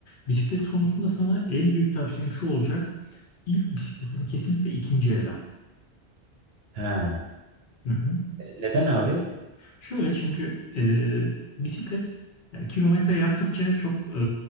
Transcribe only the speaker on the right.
Ha.
Neden abi?